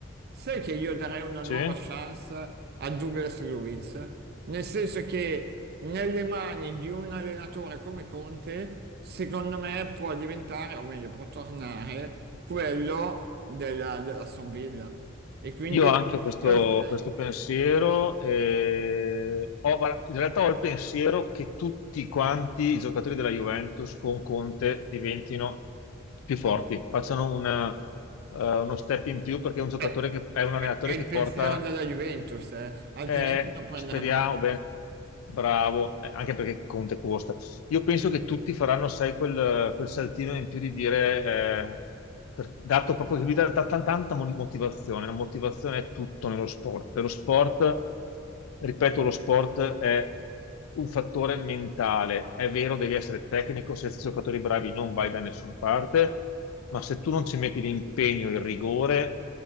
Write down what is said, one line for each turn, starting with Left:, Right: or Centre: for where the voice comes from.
Right: sai che io darei una
Left: Sì.
Right: nuova chance a Douglas Luiz? Nel senso che nelle mani di un allenatore come Conte, secondo me può diventare, o meglio, può tornare quello della, dell'Aston Villa. E quindi
Left: Io ho anche questo,
Right: io farei.
Left: questo pensiero, eh, ho- guarda, in realtà ho il pensiero che tutti quanti i giocatori della Juventus con Conte diventino più forti, facciano una- eh, uno step in più perché è un giocatore
Right: Beh,
Left: che è un allenatore
Right: è il
Left: che
Right: pensiero
Left: porta
Right: della Juventus, eh, Altrimenti
Left: eh,
Right: non prenderebbero.
Left: speriamo, beh, bravo, eh, anche perché Conte costa. Io penso che tutti faranno, sai, quel, quel saltino in più di dire, eh, per- dato proprio che lui dà, dà tan- tanta mo- motivazione, la motivazione è tutto nello sport. E Lo sport, ripeto, lo sport è un fattore mentale. È vero, devi essere tecnico, senza giocatori bravi non vai da nessuna parte, ma se tu non ci metti l'impegno, il rigore